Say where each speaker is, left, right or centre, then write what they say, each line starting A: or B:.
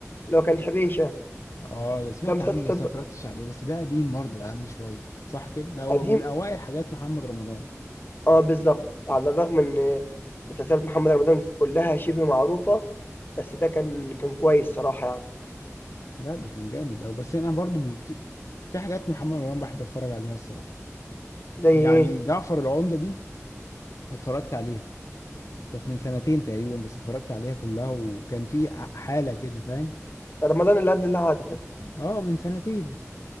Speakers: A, on the left; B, on the left.
A: اللي هو كان حبيشه
B: اه ده سمعت
A: ده مسلسل
B: عنه بس ما اتفرجتش عليه بس ده قديم برضه اهم شويه صح كده ده هو
A: قديم
B: من اوائل حاجات محمد رمضان
A: اه بالظبط على الرغم ان مسلسلات محمد رمضان كلها شبه معروفه بس ده كان كان كويس صراحه يعني
B: لا ده كان جامد أوي بس انا برضه في في حاجات محمد رمضان بحب اتفرج عليها الصراحه
A: زي
B: يعني
A: ايه
B: جعفر العمده دي اتفرجت عليها كانت من سنتين تقريبا بس اتفرجت عليها كلها وكان في حاله كده فاهم
A: رمضان اللي قبل اللي عدى
B: اه من سنتين